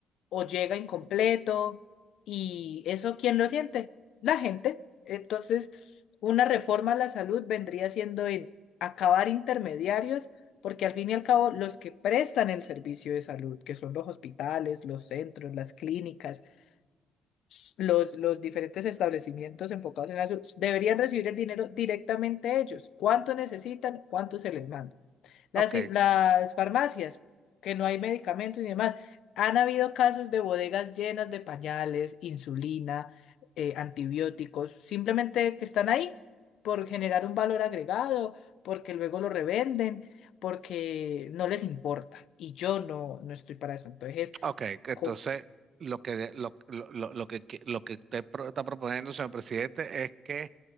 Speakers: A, on the left (about 75°); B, on the right (about 55°).
A: o llega incompleto y eso ¿quién lo siente? La gente. Entonces, una reforma a la salud vendría siendo en acabar intermediarios, porque al fin y al cabo los que prestan el servicio de salud, que son los hospitales, los centros, las clínicas, s- los, los diferentes establecimientos enfocados en la salud, deberían recibir el dinero directamente ellos. ¿Cuánto necesitan? ¿Cuánto se les manda?
B: Ok,
A: Las, las farmacias, que no hay medicamentos y demás. Han habido casos de bodegas llenas de pañales, insulina, eh, antibióticos, simplemente que están ahí por generar un valor agregado, porque luego lo revenden, porque no les importa. Y yo no, no estoy para eso. Entonces,
B: ok, que
A: co-
B: entonces lo que, lo, lo- lo- lo que, que- lo que usted pro- está proponiendo, señor presidente, es que